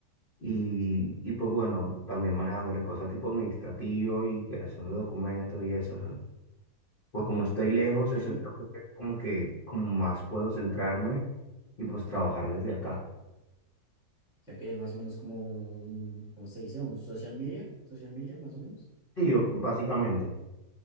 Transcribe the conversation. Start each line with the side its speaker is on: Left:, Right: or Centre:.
Left: Y, y pues bueno, también manejándole cosas tipo administrativo y creación de documentos y eso. Pues como estoy lejos,
Centre: Ok.
Left: eso es lo que como que como más puedo centrarme y pues trabajar desde acá.
Centre: O sea que eres más o menos como un, ¿cómo se dice? Un social media, social media más o menos.
Left: Sí, o- básicamente.